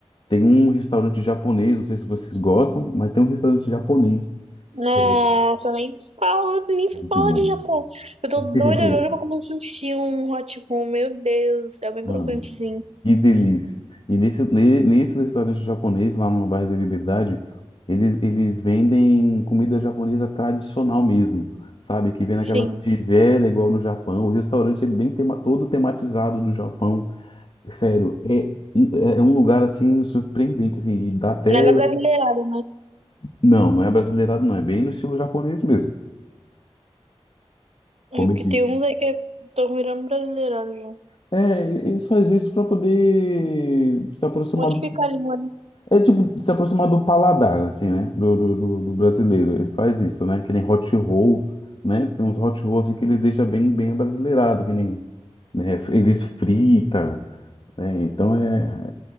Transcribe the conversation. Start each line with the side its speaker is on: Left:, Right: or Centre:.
Left: tem um restaurante japonês, não sei se vocês gostam, mas tem um restaurante japonês. Sério,
Right: Nossa, nem fala, nem
Left: muito
Right: fala
Left: bom.
Right: de Japão. Eu tô
Left: <laughs>
Right: doida, doida pra comer um sushi, um hot roll. Meu Deus, do céu, bem
Left: Mano,
Right: crocantezinho.
Left: Que delícia. E nesse, ne- nesse restaurante japonês, lá no bairro da Liberdade, eles, eles vendem comida japonesa tradicional mesmo, sabe? Que vem naquelas
Right: Sim,
Left: tigelas igual no Japão. O restaurante é bem tema, todo tematizado do Japão. Sério, é, um- é um lugar assim surpreendente, assim, e dá até.
Right: nada brasileirado.
Left: Não, não é brasileirado, não. É bem no estilo japonês mesmo. Comedi.
Right: É porque tem uns aí que estão virando brasileirado já.
Left: É, ele só existe para poder se aproximar
Right: Modificar a língua, né?
Left: É tipo se aproximar do paladar, assim, né? Do, do, do- do brasileiro. Eles faz isso, né? Que nem hot roll, né? Tem uns hot rolls assim, que eles deixam bem, bem abrasileirado, que nem, né? Eles frita, né? Então é,